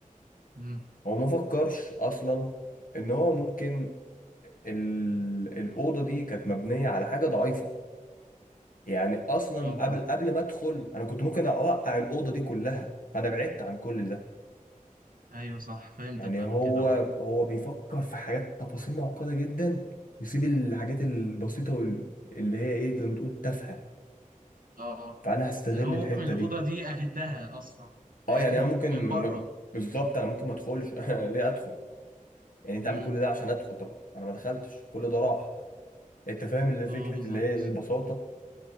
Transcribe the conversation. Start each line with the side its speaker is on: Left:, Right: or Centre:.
Right: مم.
Left: هو ما فكرش اصلا ان هو ممكن ال- الأوضة دي كانت مبنية على حاجة ضعيفة يعني أصلا
Right: اه
Left: قبل
Right: فاهم
Left: قبل ما أدخل أنا كنت ممكن أوقع الأوضة دي كلها فأنا بعدت عن كل ده
Right: ايوه صح فهمتك
Left: يعني
Right: انا
Left: هو
Right: كده اه
Left: هو بيفكر في حاجات تفاصيل معقدة جدا ويسيب الحاجات البسيطة وال- اللي هي إيه زي ما تقول تافهة
Right: اه
Left: فأنا هستغل
Right: اللي هو
Left: الحتة
Right: ممكن الأوضة
Left: دي
Right: دي أهدها أصلا فاهمني
Left: أه يعني أنا ممكن
Right: من
Left: م...
Right: بره
Left: م- بالظبط أنا ممكن ما أدخلش <laughs> ليه أدخل يعني أنت
Right: مم.
Left: عامل كل ده عشان أدخل طب أنا ما دخلتش كل ده راح أنت فاهم اللي
Right: اه
Left: فكرة
Right: بالظبط
Left: اللي هي البساطة